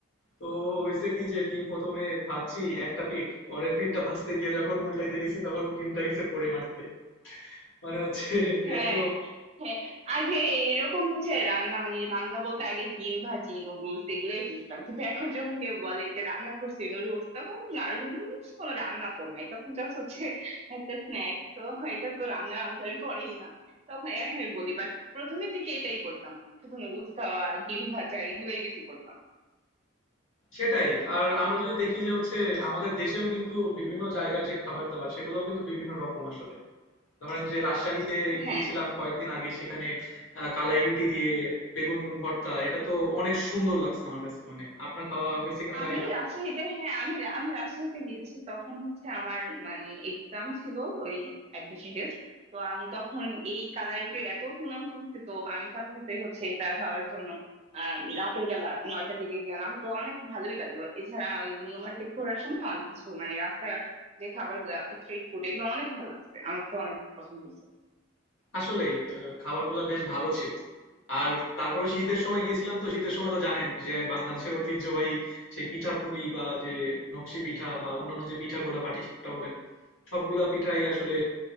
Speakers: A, on the left; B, on the right.
A: তো হইছে কি যে ডিম ১ম এ ভাজছি একটা পিঠ, পরের পিঠটা ভাজতে গিয়ে যখন উল্টাইতে গেছি তখন ডিমটা গেছে পড়ে মাটিতে। মানে হচ্ছে <laughs>
B: হ্যাঁ
A: এত
B: হ্যাঁ আগে এরকম হচ্ছে রান্না মানে রান্না বলতে আগে ডিম ভাজি নুডলস এগুলোই বুঝতাম কিন্তু এখন যখন কেউ বলে যে রান্না করছি নুডলস তখন নুডলস কোনো রান্না তো না এটা তো জাস্ট হচ্ছে একটা স্ন্যাক্স তো এটা তো রান্নার আন্দারে পড়েই না তখন এখনই বলি বাট প্রথমের দিকে এটাই করতাম শুধু নুডলস খাওয়া ডিম ভাজা এগুলোই বেশি করতাম
A: সেটাই। আর আমরা যদি দেখি যে হচ্ছে আমাদের দেশেও কিন্তু বিভিন্ন জায়গার যে খাবার-দাবার সেগুলোও কিন্তু বিভিন্ন রকম আসলে। ধরেন যে রাজশাহীতে
B: হ্যাঁ
A: গিয়েছিলাম কয়েকদিন আগে সেখানে আহ, কালাই রুটি দিয়ে বেগুন ভর্তা এটা তো অনেক সুন্দর লাগছে আমার কাছে মানে আপনার খাওয়া হয়েছে কিনা
B: আমি
A: জানি না
B: রাজশাহীতে হ্যাঁ আমি রা- আমি রাজশাহীতে গিয়েছি তখন হচ্ছে আমার মানে এক্সাম ছিল ওই অ্যাডমিশন টেস্ট তো আমি তখন এই কালাই রুটির এত সুনাম শুনছি তো আমি সাথে সাথেই হচ্ছে এটা খাওয়ার জন্য আহ রাতের বেলা নয়টার দিকে গেলাম তো অনেক ভালোই লাগলো এছাড়া ওই নিউ মার্কেট ঘোরার সময় অনেক কিছু মানে রাস্তার যে খাবার গুলা স্ট্রিট ফুড এগুলো অনেক ভালো লাগছে আমার তো অনেক পছন্দ হয়েছে
A: আসলেই আহ, খাবারগুলো বেশ ভালো ছিল আর তারপরে শীতের সময় গিয়েছিলাম তো শীতের সময় তো জানেন যে বাংলাদেশের ঐতিহ্যবাহী সেই পিঠা পুলি বা যে নকশি পিঠা বা অন্যান্য যে পিঠাগুলা পাটিসাপটা বলেন সবগুলা পিঠাই আসলে